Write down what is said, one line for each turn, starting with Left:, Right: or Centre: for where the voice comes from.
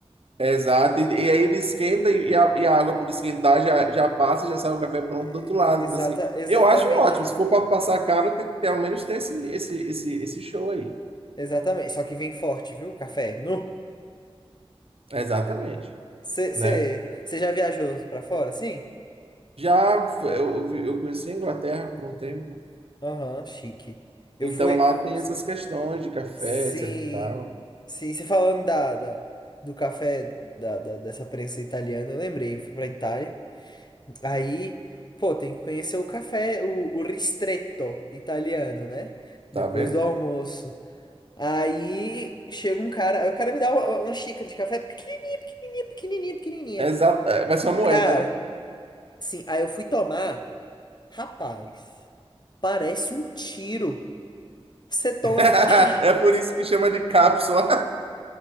Right: É, exato. E, e aí ele esquenta e, a, e a água por esquentar já, já passa, já sai o café
Left: É,
Right: pronto do outro lado.
Left: Exata,
Right: Então, assim,
Left: exatamente.
Right: eu acho ótimo. Se for para passar caro, tem que ter, ao menos ter esse, esse, esse, esse show aí.
Left: Exatamente. Só que vem forte, viu? Café. é Nu.
Right: Exatamente,
Left: Você você-
Right: né?
Left: você já viajou pra fora, sim?
Right: Já f- eu, eu eu conheci a Inglaterra por um tempo.
Left: Aham, chique. Eu
Right: Então
Left: fui.
Right: lá tem
Left: s-
Right: essas questões de café,
Left: Sim.
Right: etc e tal.
Left: Sim, você falando da, da- do café da, da- dessa prensa italiana, eu lembrei, eu fui pra Itália. Aí, pô, tem que conhecer o café, o, o ristretto italiano, né? Depois
Right: Tá vendo?
Left: do almoço. Aí chega um cara, aí o cara me dá uma, uma xícara de café pequenininha, pequenininha, pequenininha, pequenininha.
Right: Exato. É, vai ser uma moeda,
Left: Cara,
Right: né?
Left: assim, aí eu fui tomar, rapaz, parece um tiro. Você toma,
Right: <laughs>
Left: pá,
Right: É por isso que chama de cápsula.